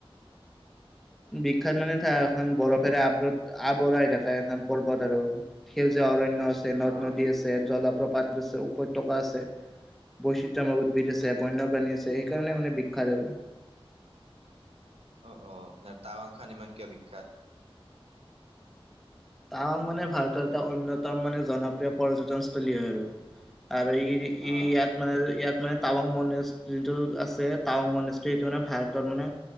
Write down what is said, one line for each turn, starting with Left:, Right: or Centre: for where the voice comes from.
Centre: বিখ্যাত মানে তাত এখন বৰফেৰে আবৰত আৱৰা হৈ থাকে এখন পৰ্বত আৰু। সেউজীয়া অৰণ্য আছে, নদ
Right: অ',
Centre: - নদী আছে, জলপ্ৰপাত আছে, উপত্যকা আছে বৈচিত্ৰময় উদ্ভিদ আছে, বন্যপ্ৰাণী আছে সেইকাৰণে মানে বিখ্যাত আৰু।
Right: অ অ, তাৰ তাৱাংখান ইমান কিয় বিখ্যাত?
Centre: টাৱাং মানে ভাৰতৰ এটা অন্যতম মানে জনপ্ৰিয় পৰ্যটনস্থলী হয় আৰু, আৰু ই ই
Right: অ',
Centre: ইয়াত মানে ইয়াত মানে টাৱাং মণিছ যিটো আছে টাৱাং মণিছ- এইটো মানে ভাৰতৰ মানে